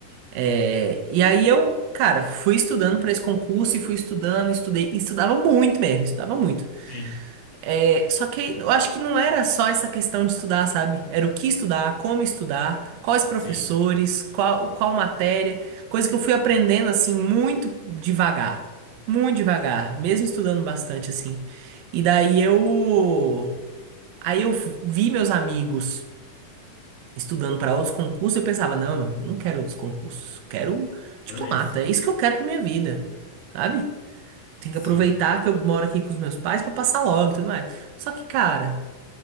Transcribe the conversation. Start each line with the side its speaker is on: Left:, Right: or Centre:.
Right: É, e aí eu, cara, fui estudando pra esse concurso e fui estudando, estudei, e estudava muito mesmo, estudava muito.
Left: Sim,
Right: É, só que eu acho que não era só essa questão de estudar, sabe? Era o que estudar, como estudar, quais professores,
Left: sim.
Right: qual, qual matéria, coisa que eu fui aprendendo assim muito devagar, muito devagar, mesmo estudando bastante assim. E daí eu, aí eu vi meus amigos estudando para outros concursos, eu pensava, não, eu não quero outros concursos, quero diplomata,
Left: Quero esse.
Right: é isso que eu quero para minha vida, sabe? Tem que
Left: Sim,
Right: aproveitar que eu moro aqui com os meus pais para passar logo e tudo mais. Só que, cara,